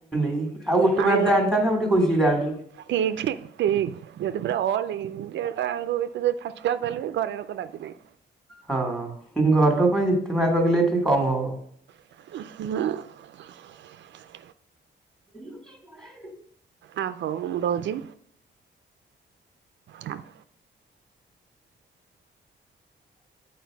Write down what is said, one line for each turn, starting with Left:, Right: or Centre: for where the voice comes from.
Centre: ଉଁ ଆଉ ଗୋଟେ
Right: ଆଣିଲ
Centre: ମାର୍କ ଯଦି ଆଣିଥାନ୍ତୁ ଆମେ ଟିକେ ଖୁସି ହେଇଥାନ୍ତୁ।
Right: ଠିକ ଠି ଠିକ୍ ଯଦି ପୁରା ଅଲ୍ ଇଣ୍ଡିଆ ତା ଆଗକୁ ତୁ ଯୋଉ ଫାଷ୍ଟ କ୍ଲାସ ପାଇଲୁ ବୋଲି ଘରେ ଲୋକ ରାଜି ନାହିଁ।
Centre: ହଁ ଘର ଲୋକଙ୍କ ପାଇଁ ଯେତେ ମାର୍କ ରଖିଲେ ଟିକେ କମ ହବ।
Right: <unintelligible>
Centre: ଦିଲୁ କାଇଁ ପଳେଇଲୁ?
Right: ଆ ହୋଉ ମୁଁ ରହୁଛି ହଁ।
Centre: <inaudible>